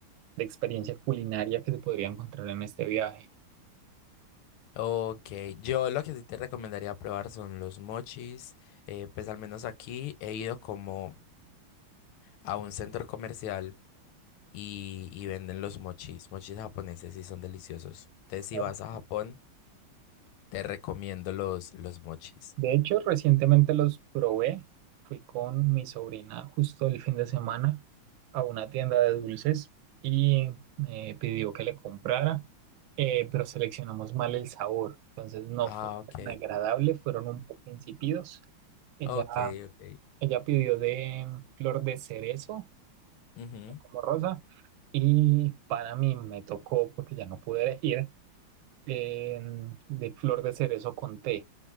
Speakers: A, on the right (about 75°); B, on the left (about 80°).
A: de experiencia culinaria que se podría encontrar en este viaje.
B: Ok, yo lo que sí te recomendaría probar son los mochis. eh, pues al menos aquí he ido como a un centro comercial y, y venden los mochis. Mochis japoneses y son deliciosos. Entonces,
A: Sa-
B: si vas a Japón, te recomiendo los, los mochis.
A: De hecho, recientemente los probé. Fui con mi sobrina justo el fin de semana a una tienda de dulces y me pidió que le comprara, eh, pero seleccionamos mal el sabor. Entonces no
B: Ah,
A: fue
B: ok.
A: tan agradable, fueron un poco insípidos. Ella
B: Ok, ok.
A: Ella pidió de flor de cerezo
B: Ujú,
A: como rosa y para mí me tocó, porque ya no pude elegir, em, de flor de cerezo con té.